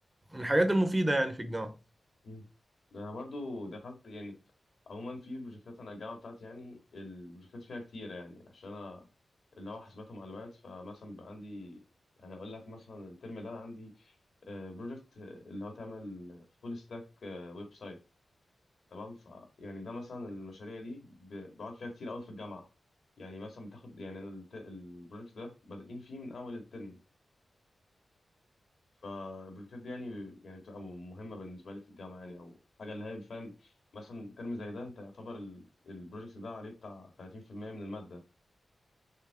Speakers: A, on the right; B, on the left.
A: من الحاجات المفيدة يعني في الجامعة
B: مم. ده انا برضو دخلت يعني عموما في بروجكتات انا الجامعه بتاعتي يعني البروجكتات فيها كتيره يعني عشان انا اللي هو حاسبات ومعلومات فمثلا بقى عندي يعني اقول لك مثلا الترم ده عندي بروجكت اللي هو تعمل فول ستاك ويب سايت تمام ف يعني ده مثلا المشاريع دي ب- بقعد فيها كتير قوي في الجامعه يعني مثلا بتاخد يعني انا البروجكت ده بادئين فيه من اول الترم فالبروجكتات دي يعني يعني بتبقى مهمة بالنسبة لي في الجامعة يعني أو حاجة اللي هي فاهم مثلا ترم زي ده أنت يعتبر ال- البروجكت ده عليه بتاع 30% من المادة